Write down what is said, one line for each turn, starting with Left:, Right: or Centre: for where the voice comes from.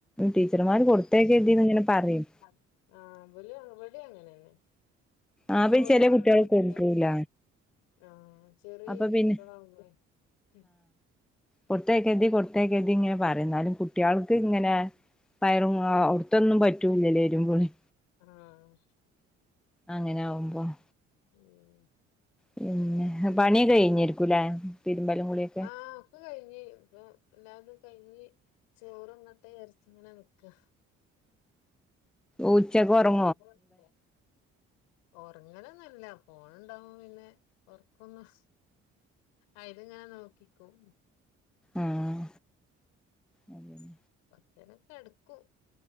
Centre: ടീച്ചർമാര്
Left: ആഹ്
Centre: കൊട്ത്തയക്കര്തീന്ന്ങ്ങനെ പറയും.
Left: ആഹ് ഇബല് ഇവടിം അങ്ങനെന്നെ.
Centre: ആഹ്
Left: അത്
Centre: പിന്നെ
Left: ഒരാള്
Centre: ചെല കുട്ടികള്
Left: കൊട്ത്താല്
Centre: കൊണ്ടരൂല
Left: ആഹ് ചെറിയ
Centre: അപ്പൊ പിന്നെ
Left: കുട്ട്യാളാവുമ്പളെ. ഉം
Centre: കൊട്ത്തയക്കര്തി കൊട്ത്തയക്കര്തി ഇങ്ങനെ പറയും. ഇന്നാലും കുട്ട്യാൾക്ക് ഇങ്ങനേ പയറും ആ അവ്ട്ത്തൊന്നും പറ്റൂല്യല്ലോ എരും പുളിം.
Left: ആഹ്
Centre: അങ്ങനെ ആവുമ്പോ
Left: ഉം.
Centre: പിന്നെ പണിയൊക്കെ കയ്ഞ്ഞേര്ക്കുലേ? തിര്മ്പലും കുളീം
Left: ആഹ് ഒക്കെ കയിഞ്ഞി ഇപ്പൊ എല്ലാതും കയിഞ്ഞ്. ചോറ്ന്നട്ടേ വിചാരിച്ച് ഇങ്ങനെ നിക്കാ.
Centre: ഊച്ചക്ക് ഒറ്
Left: <unintelligible> ഒറങ്ങലൊന്നുല്ല ഫോണ് ഇണ്ടാവുമ്പം പിന്നേ ഒറ്ക്കൊന്നും അയില്ങ്ങനെ നോക്കിക്കും.
Centre: ഉം അതന്നെ.
Left: കൊറച്ചേരം കെട്ക്കും